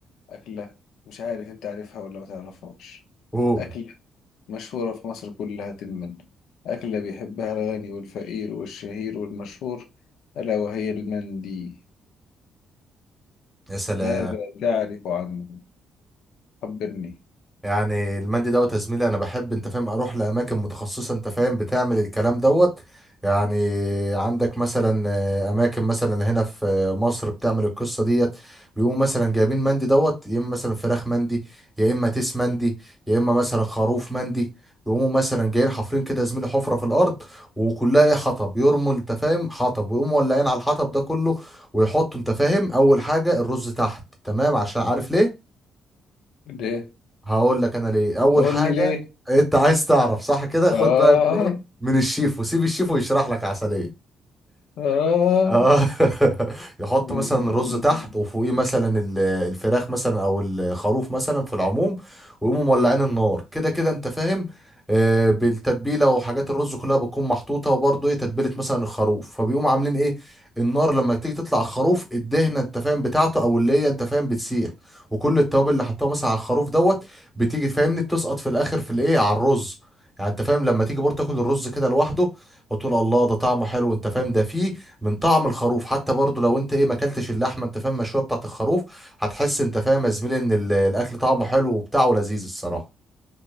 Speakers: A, on the left; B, in the centre.
A: اكله مش عارف انت عارفها ولا ما تعرفهاش
B: <laughs> اوه
A: اكله مشهوره في مصر كلها تما اكله بيحبها الغني والفقير والشهير والمشهور الا وهي المندي
B: يا سلام
A: ماذا تعرف عنه خبرني
B: يعني المندي دوت يا زميلي انا بحب انت فاهم اروح لاماكن متخصصه انت فاهم بتعمل الكلام دوت يعني عندك مثلا آه، اماكن مثلا هنا في آه، مصر بتعمل القصه ديت بيقوموا مثلا جايبين مندي دوت يا اما مثلا فراخ مندي يا اما تيس مندي يا اما مثلا خروف مندي يقوموا مثلا جايين حافرين كده يا زميلي حفره في الارض وكلها ايه حطب يرموا انت فاهم حطب ويقوموا ولاعين على الحطب ده كله ويحطوا انت فاهم اول حاجه الرز تحت تمام عشان عارف ليه
A: ليه
B: هقول لك انا ليه اول
A: قول
B: حاجه
A: لي ليه
B: انت عايز تعرف صح كده خد
A: اه
B: بقى من ايه من الشيف وسيب الشيف ويشرح لك عسليه
A: اه
B: اه <laughs> يحط
A: <laughs>
B: مثلا الرز تحت وفوقيه مثلا ال- الفراخ مثلا او الخروف مثلا في العموم ويقوموا مولعين النار كده كده انت فاهم آه، بالتتبيله وحاجات الرز كلها بتكون محطوطه وبرضه ايه تتبيله مثلا الخروف فبيقوموا عاملين ايه النار لما تيجي تطلع الخروف الدهنه انت فاهم بتاعته او اللي هي انت فاهم بتسيح وكل التوابل اللي حطوها مثلا على الخروف دوت بتيجي فاهمني بتسقط في الاخر في الايه على الرز يعني انت فاهم لما تيجي برضه تاكل الرز كده لوحده وتقول الله ده طعمه حلو انت فاهم ده فيه من طعم الخروف حتى برضو لو انت ايه ما اكلتش اللحمه انت فاهم المشويه بتاعت الخروف هتحس انت فاهم يا زميلي ان ال- الاكل طعمه حلو وبتاعه لذيذ الصراحه